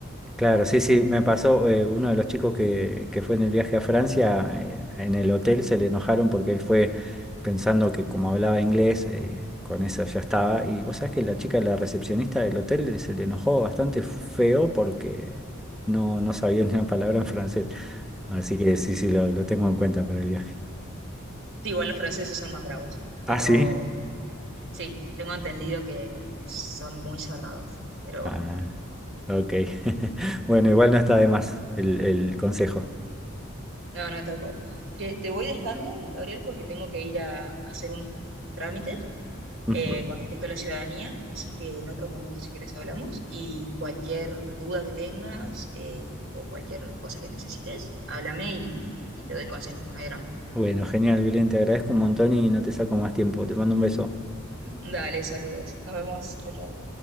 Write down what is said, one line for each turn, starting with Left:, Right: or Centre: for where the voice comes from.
Centre: claro, sí, sí. Me pasó, eh, uno de los chicos que, que fue en el viaje a Francia, eh, en el hotel se le enojaron porque él fue pensando que como hablaba inglés, eh, con eso ya estaba. Y vos sabés que la chica, la recepcionista del hotel, se le enojó bastante feo porque no, no sabía <laughs> ni una palabra en francés. Así que sí, sí, lo, lo tengo en cuenta para el viaje.
Right: Sí, igual los franceses son más bravos, pero
Centre: Ah, sí.
Right: sí, tengo entendido que son muy cerrados, pero
Centre: Ah,
Right: bueno,
Centre: ok. <laughs> Bueno, igual no está de más el, el consejo.
Right: no, no, tal cual. Te, te voy dejando, Gabriel, porque tengo que ir a, a hacer unos, unos trámites
Centre: <laughs>
Right: eh,
Centre: Ujú.
Right: con respecto a la ciudadanía, así que en otro momento, si quieres, hablamos y cualquier duda que tengas eh, o cualquier cosa que necesites, háblame y, y te doy consejos, no hay drama.
Centre: Bueno, genial, Belén, te agradezco un montón y no te saco más tiempo. Te mando un beso.
Right: <laughs> Dale, saludos, nos vemos, chao, chao.